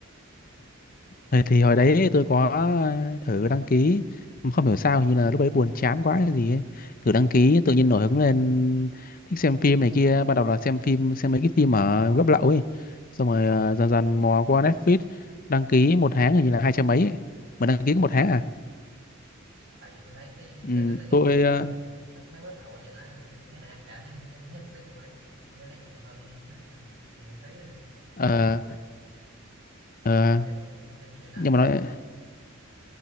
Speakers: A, on the left; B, on the right.
A: thì, thì hồi đấy tôi có ờ, thử đăng ký, không hiểu sao hình như là lúc đấy buồn chán quá hay gì ấy. Thử đăng ký tự nhiên nổi hứng lên thích xem phim này kia, ban đầu là xem phim xem mấy cái phim ở web lậu ấy. Xong rồi ờ, dần dần mò qua Netflix, đăng ký một tháng hình như là hai trăm mấy ấy. Mà đăng ký có một
B: Ờ,
A: tháng à?
B: tại vì tôi thấy cái
A: Ừ,
B: trên Netflix ấy,
A: tôi
B: bây
A: ờ,
B: giờ mấy, mấy web lậu bây giờ nó ăn, nhiều khi tôi thấy nó ăn cả Net- Net- Netflix luôn ấy, nó nét còn hơn Netflix <laughs> còn miễn phí nữa.
A: ờ, ờ,
B: Ông xem ông xem gì trên đó?
A: nhưng
B: Ông
A: mà
B: xem
A: nó
B: phim gì?